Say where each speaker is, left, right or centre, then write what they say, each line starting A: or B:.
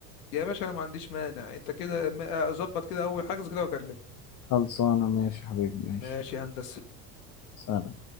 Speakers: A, on the left; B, on the left.
A: يا باشا انا ما عنديش مانع انت كده م- ظبط كده اول حاجه كده واكلمك
B: خلصانه ماشي يا حبيبي ماشي
A: ماشي يا هندسه
B: سلام